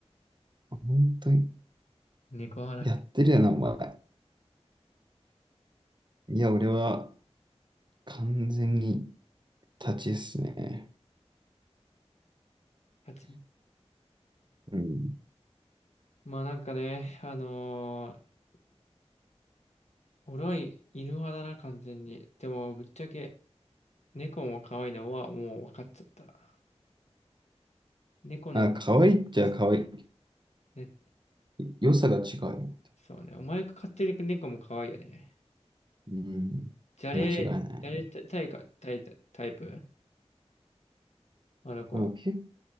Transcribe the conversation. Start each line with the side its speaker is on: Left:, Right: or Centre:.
Right: 本当に、
Left: 猫派だっけ
Right: やってるよな、お前。いや、俺は完全に立ちっすね。
Left: 立ち。
Right: うん。
Left: まあなんかね、あのー俺は犬派だな、完全に。でも、ぶっちゃけ、猫も可愛いのはもう分かっちゃった。猫の
Right: あ、可愛いっちゃ可愛
Left: でした。ね、
Right: い。良さが違う。
Left: そうね。お前が飼ってる猫も可愛いよね。
Right: うん。
Left: じゃれ、
Right: 間違いない。
Left: じゃれタイか、タイ、タイプあの子は。
Right: あ、結